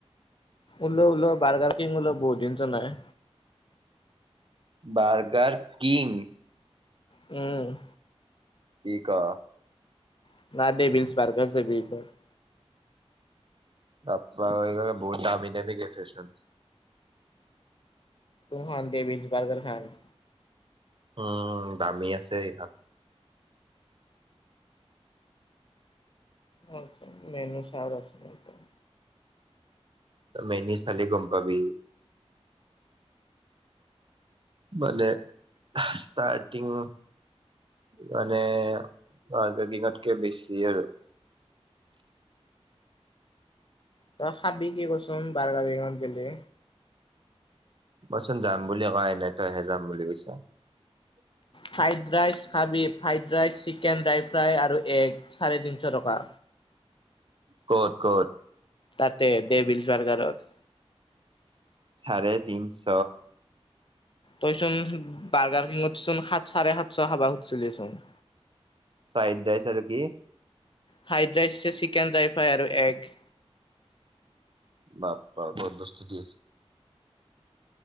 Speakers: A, on the left (about 50°); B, on the right (about 50°).
A: উল, উল বাৰ্গাৰ কিং উল বৌধিনচ নাই।
B: Burger king.
A: উম।
B: কি ক'।
A: <inaudible>
B: বাপা বহুত দামী দামী গেফেশ্বন।
A: ত' খাই দে, বিশ বাৰ্গাৰ খাম।
B: উম, দামী আছে এইখন।
A: উম, মেনু চাউ ৰ'বি।
B: মেনু চালে গম পাবি। মানে, ষ্টাৰ্টিং মানে, মাৰ্কেটিঙতকে বেছি আৰু।
A: তই হ'ব কি ক'চোন, বাৰ্গাৰ বেগত গ'লে?
B: মইচোন যাম বুলি কোৱা নাই, তইহে যাম বুলি কৈছ। <inaudible>
A: ফ্ৰাইড ৰাইচ খাবি? Fried rice, chicken dry fry আৰু এগ, চাৰে তিনিশ টকা।
B: ক'ত ক'ত?
A: তাতে, ডেভিলছ বাৰ্গাৰত।
B: চাৰে তিনিশ!
A: তই চোন বাৰ্গাৰিঙত সাত চাৰে সাতশ খাবা খুজিছিলি চোন।
B: ফ্ৰাইড ৰাইচ আৰু কি?
A: ফ্ৰাইড ৰাইচ আছে, চিকেন ড্ৰাই ফ্ৰাই আৰু এগ।
B: বাপ, বহুত বস্তু দি আছে।